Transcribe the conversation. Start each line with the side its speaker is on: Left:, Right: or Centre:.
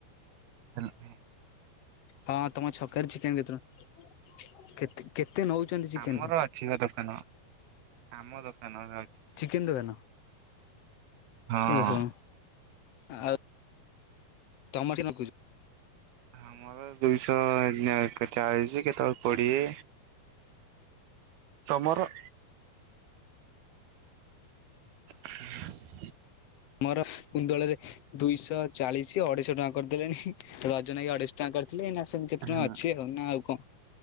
Right: ହଲ୍ ହଁ।
Left: ହଁ ତମ ଛକୀ ଚିକେନ କେତେ କେତେ ନଉଛନ୍ତି ଚିକେନ
Right: ଆମର ଅଛି ପା ଦୋକାନ ଆମ ଦୋକାନ।
Left: ଚିକେନ ଦ ହେ
Right: ହଁ।
Left: ଓହୋ ଆଉ। ତମ ସେ ନ କୁଛ।
Right: ଆମର ଦୁଇଶହ ଚାଳିଶ କେତେବେଳେ କୋଡିଏ। ତୋମର <unintelligible>
Left: ମୋର କୁନ୍ଦଳରେ ଦୁଇଶହ ଚାଳିଶ ଅଢେଇଶହ ଟଙ୍କା କରିଦେଲେଣି। ରଜନ ଭାଇ ଅଢେଇଶହ ଟଙ୍କା କରି କ୍ଲିନ୍ ଆସିନି କେତେ
Right: ହଁ
Left: ଟଙ୍କା ଅଛି ଆଉ ନା ଆଉ କଣ?